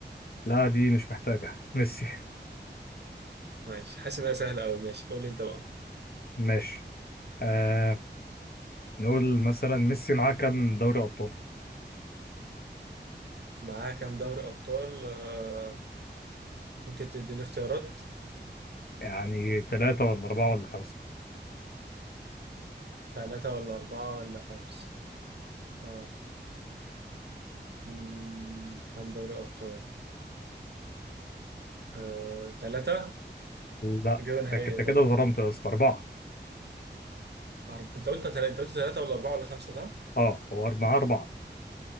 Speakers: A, on the left; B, on the right.
A: لا دي مش محتاجه ميسي
B: ماشي حاسس إنها سهلة أوي ماشي قول لي أنت بقى
A: <laughs> ماشي آه نقول مثلا ميسي معاه كام دوري ابطال
B: معاه كام دوري أبطال؟ آه ممكن تديني اختيارات؟
A: يعني ثلاثة ولا أربعة ولا خمسة
B: ثلاثة ولا أربعة ولا خمسة؟ آه مم، كام دوري أبطال؟ آه ثلاثة
A: لا
B: إجابة نهائية
A: انت أنت
B: ثلاثة
A: كده ظلمت يا اسطى أربعة
B: أرب... أنت قلت تل... أنت قلت ثلاثة ولا أربعة ولا خمسة صح؟
A: اه هو أربعة معاه أربعة